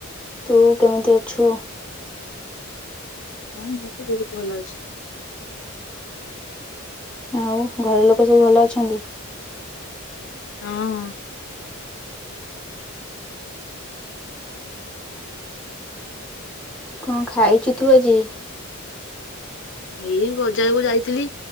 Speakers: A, in the centre; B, on the left (about 60°).
A: ତୁ କେମିତି ଅଛୁ।
B: ହଁ ମୁଁ ତ ବହୁତ ଭଲ ଅଛି।
A: ଆଉ ଘର ଲୋକ ସବୁ ଭଲ ଅଛନ୍ତି।
B: ହଁ।
A: କଣ ଖାଇଛୁ ତୁ ଆଜି।
B: ଏଇ ବଜାରକୁ ଯାଇଥିଲି